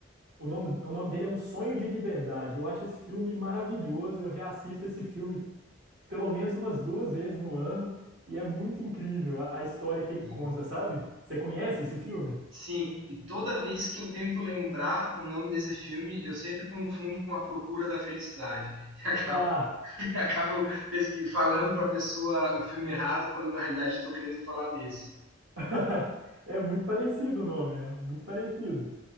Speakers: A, on the right; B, on the right.
A: O nome, o nome dele é Um Sonho de Liberdade. Eu acho esse filme maravilhoso. Eu reassisto esse filme pelo menos umas duas vezes no ano e é muito incrível a a história que ele
B: Sim.
A: conta, sabe? Você conhece esse filme?
B: Sim, e toda vez que eu tento lembrar o nome desse filme, eu sempre confundo com A Procura da Felicidade. <laughs> E acabo,
A: Ah,
B: <laughs> acabo pesqui- falando para a pessoa o filme errado, quando na realidade estou querendo falar desse.
A: <laughs> é muito parecido o nome, né? Muito parecido.